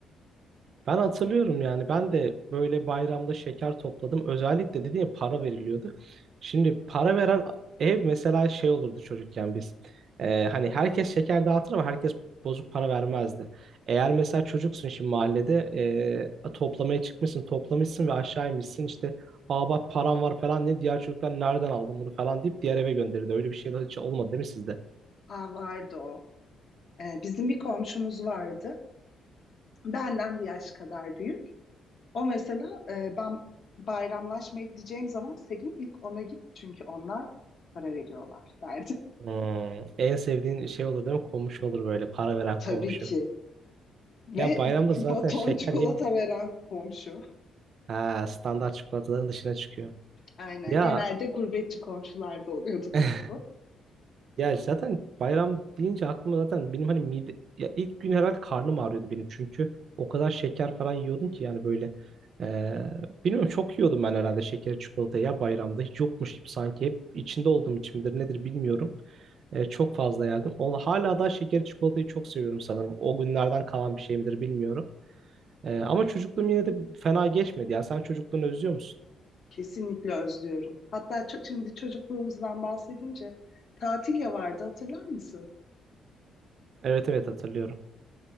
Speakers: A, on the right (about 60°); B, on the left (about 55°).
A: Ben hatırlıyorum yani ben de böyle bayramda şeker topladım. Özellikle dediğim ya para veriliyordu. Şimdi para veren ev mesela şey olurdu çocukken biz. Ee, hani herkes şeker dağıtır ama herkes bozuk para vermezdi. Eğer mesela çocuksun şimdi mahallede ee, toplamaya çıkmışsın toplamışsın ve aşağı inmişsin işte aa bak param var falan diye diğer çocuklar nereden aldın bunu falan deyip diğer eve gönderirdi. Öyle bir şey de hiç olmadı değil mi sizde?
B: Aa, vardı o. Ee, bizim bir komşumuz vardı. Benden bir yaş kadar büyük. O mesela e, ben bayramlaşmaya gideceğim zaman Selin ilk ona git çünkü onlar para veriyorlar derdi.
A: Hmm, en sevdiğin şey olur değil mi? Komşu olur böyle para
B: <laughs>
A: veren
B: Tabii
A: komşu.
B: ki. Ve
A: Ya bayramda Evet.
B: baton
A: zaten şeker
B: çikolata
A: ye
B: veren komşu.
A: Ha, standart çikolataların dışına çıkıyor.
B: Aynen.
A: Ya
B: Genelde gurbetçi komşularda oluyordu
A: <laughs>
B: tabii bu.
A: ya zaten bayram deyince aklıma zaten benim hani mide ya ilk gün herhalde karnım ağrıyordu benim çünkü o kadar şeker falan yiyordum ki yani böyle eee bilmiyorum çok yiyordum ben herhalde şekeri çikolatayı ya bayramda hiç yokmuş gibi sanki hep içinde olduğum için midir nedir bilmiyorum. Eee, çok fazla yerdim. Onu hala da şekeri çikolatayı çok seviyorum sanırım. O günlerden kalan bir şey midir bilmiyorum. Eee, ama çocukluğum yine de fena geçmedi ya. Sen çocukluğunu özlüyor musun?
B: Kesinlikle özlüyorum. Hatta ço- şimdi çocukluğumuzdan bahsedince tatil vardı hatırlar mısın?
A: Evet evet hatırlıyorum.